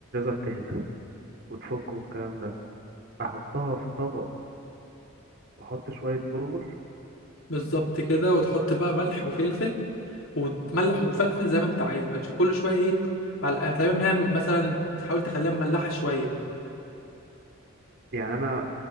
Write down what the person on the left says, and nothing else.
بالظبط كده وتحط بقى ملح وفلفل وتملح وتفلفل زي ما انت عايز بقى كل شويه ايه على يعني تقريبا هي مثلا تحاول تخليها مملحه شويه